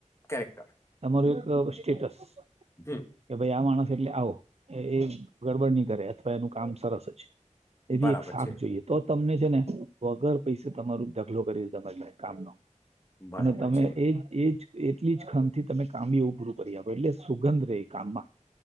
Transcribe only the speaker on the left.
કેરેક્ટર
હમ
બરાબર
છે
બરાબર
છે